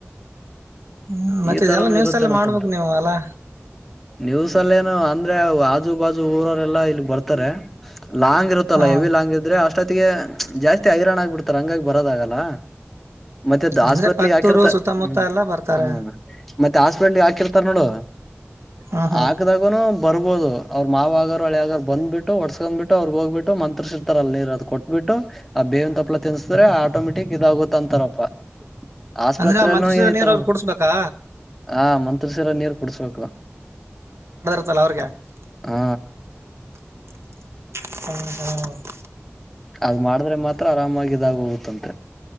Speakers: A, on the right; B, in the centre.
A: ಹ್ಮ್ ಮತ್ತೆ
B: ಈ ತರನು
A: ಇದೆಲ್ಲಾ ನ್ಯೂಸ್
B: ಇರುತ್ತೇನಪ್ಪಾ
A: ಎಲ್ಲ ಮಾಡ್ಬೇಕು
B: ಅಂತ
A: ನೀವು ಅಲ್ಲಾ
B: ನೀವುಸಲ್ಲೇನು ಅಂದ ಆಜು ಬಾಜು ಊರರೆಲ್ಲಾ ಇಲ್ಲಿ ಬರ್ತಾರೆ ಲಾಂಗ್ ಇರುತ್ತಲ್ಲ
A: ಹಾ
B: ಎವಿ ಲಾಂಗ್ ಇದ್ರೆ ಅಷ್ಟ ಅಷ್ಟೊತ್ತಿಗೆ ಜಾಸ್ತಿ ಹೈರಾಣ್ ಆಗ್ಬಿಡ್ತಾರೆ ಹಂಗಾಗಿ ಬರೋದಗಲ್ಲ ಮತ್ತೆದ
A: ಅಂದ್ರೆ
B: ಹಾಸ್ಪೆಟ್ಲ್ಗ್
A: ಪಕ್ತೂರು
B: ಹಾಕಿರ್ತ
A: ಸುತ್ತಮುತ್ತ
B: ಹ್ಮ್
A: ಎಲ್ಲಾ ಬರ್ತಾರೆ
B: ಹ್ಮ ಮತ್ತೆ ಹಾಸ್ಪಿಟ್ಲ್ ಹಾಕಿರ್ತಾರ ನೋಡು
A: ಹ್ಮ್ ಹ್ಮ್
B: ಆಗದಾಗನು ಬರ್ಬೋದು ಅವ್ರು ಮಾವ ಆಗರ ಹೊಳಿಗ ಬಂದಬ ಬಿಟ್ಟು ಹೊಡ್ಸ್ಕೊಂಡ್ ಬಿಟ್ಟು ಅವ್ರಗ್ ಹೋಗ್ಬಿಟ್ಟು ಮಂತ್ರರ್ ಇರ್ತ ಅಲ್ಲ ಇರ ಅದು ಕೊಟ್ಬಿಟ್ಟು ಬಿ ಆ ಬೇವನ್ ತಪ್ಪಪ್ಲ ತಿನ್ಸಿದ್ರೆ ಆಟೋಮೆಟಿಕ್ ಇದಾಗುತ್ತ ಅಂತಾರಪ್ಪ ಆಸ್ಪತ್ರರೆಲ್ಲೂ
A: ಅಂದ್ರೆ ಮಂತ್ರಿಸಿದ
B: ಏತಾರಮ್ಮ
A: ನೀರ್ ಅವ್ರು ಕುಡ್ಸ್ಬೇಕಾ
B: ಆ ಮಂತ್ರಸಲ್ಲ ನೀರ್ ಕುಡ್ಸ್ಬೇಕು
A: <unintelligible>
B: ಹಾ ಅದ್ ಮಾಡಿದ್ರೆ ಮಾತ್ರ ಆರಾಮಾಗಿ ಇದಾಗೋಗುತ್ತಂತೆ